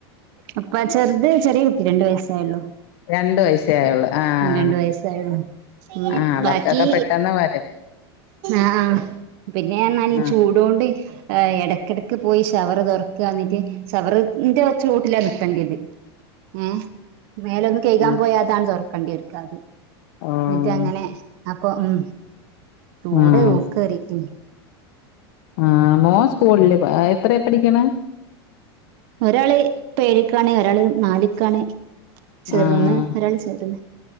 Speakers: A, on the right; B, on the left.
A: അപ്പ ചെറുത് ചെറിയ കുട്ടി രണ്ട് വയസ്സായുള്ളൂ.
B: രണ്ട് വയസ്സേ ആയുള്ളു. ആഹ്
A: രണ്ടു വയസ്സേ ആയുള്ളൂ. ഉം
B: ആഹ് അവർക്കൊക്കെ
A: ബാക്കി
B: പെട്ടെന്ന് വരും
A: ആഹ് പിന്നെ എന്നാല്
B: ആഹ്
A: ചൂട് ത് കൊണ്ട്ഏ എടക്കിട ക്ക് പോയി ശവറ് തൊറക്ക, ന്നിട്ട് ശവറിന്റെ ചോട്ടിലാ നിൽക്കണ്ടത്. ആഹ്, മേലൊന്ന്‌ കയ്‌കാൻ
B: ആഹ്
A: പോയാ താണ് തുറക്കേണ്ടിവരും ഇക്കാദ്യം.
B: ഓഹ്
A: ന്നിട്ട് അങ്ങനെ അപ്പൊ ഉം ചൂട്
B: ആഹ്
A: ഓക് എഡിറ്റയ്യി
B: ആഹ് മോൻ സ്കൂളില് എത്രയാ പടിക്കണേ.
A: ഒരാള് പ്പ ഏഴിക്കാണ്, ഒരാള് നാലിക്കാണ്. ചേറ്ന്ന്
B: ആഹ്
A: ഒരാൾ ചേറ്ന്ന്.